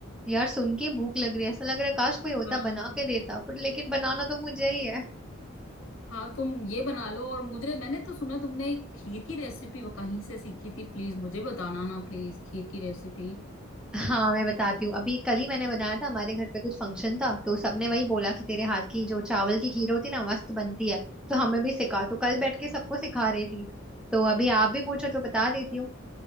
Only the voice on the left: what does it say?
हाँ
हाँ तुम ये बना लो और मुझे मैंने तो सुना तुमने एक खीर की रेसिपी वो कहीं से सीखी थी प्लीज मुझे बताना ना प्लीज खीर की रेसिपी